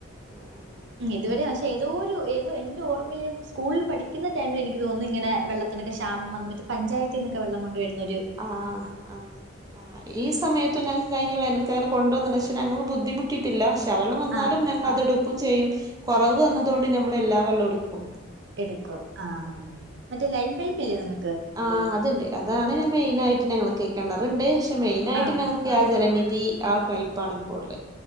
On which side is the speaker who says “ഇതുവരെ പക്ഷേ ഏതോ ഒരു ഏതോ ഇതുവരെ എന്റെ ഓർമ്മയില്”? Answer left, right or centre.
Right